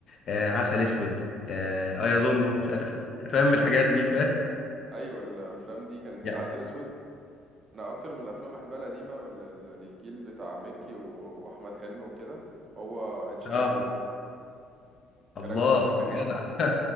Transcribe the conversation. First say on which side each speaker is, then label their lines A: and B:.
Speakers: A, on the left; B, on the right.
A: آه، عسل اسود آه،
B: مثلا
A: ايظنه مش عارف فاهم الحاجات دي
B: ايوه الافلام دي كانت العسل
A: يا
B: اسود انا اكتر من الافلام بحبها القديمه ال- ال- الجيل بتاع مكي و- واحمد حلمي وكده هو اتش
A: اه
B: دبور الكاركتر
A: الله
B: ده كان
A: جدع
B: جامد
A: أنا